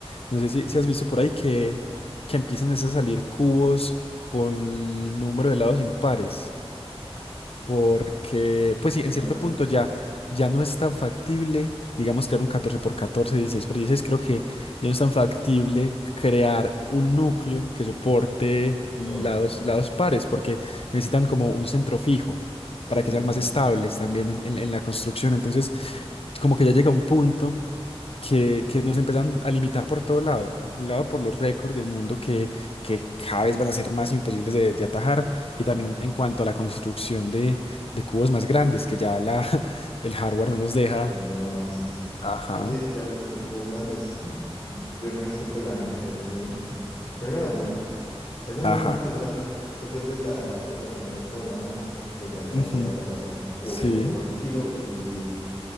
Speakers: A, on the left (about 65°); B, on the left (about 40°).
A: no sé si, si has visto por ahí que, que empiezan es a salir cubos con el número de lados impares porque, pues sí, en
B: Números
A: cierto
B: de
A: punto ya, ya no es tan factible, digamos, crear un catorce por catorce dieciséis por dieciséis creo que ya no es tan factible crear un núcleo que soporte lados,
B: todos.
A: lados pares, porque necesitan como un centro fijo
B: Sí,
A: para que
B: sí,
A: sean
B: sí.
A: más estables también en, en- en la construcción. Entonces, como que ya llega un punto que,
B: Ok.
A: que nos empiezan a limitar por todo lado. Por un lado, por los récords del mundo que, que cada vez van a ser más imposibles de, de atajar, y también
B: Ajá.
A: en cuanto a la construcción de, de cubos más grandes, que ya la, <laughs> el hardware no nos deja.
B: Ya, ya no, da, sí, sí.
A: Ajá,
B: No, sí, es que ya los, los cubos grandes, mm, mm, yo me he visto pues la gente que los tiene, que son, primero, muy caros. Segundo,
A: ajá.
B: nunca los arman. Se pierde la, la cosa de tener el cubo en las manos porque ya es demasiado
A: ujú,
B: pesado. Es un cubo
A: Sí.
B: que te pesa un kilo y,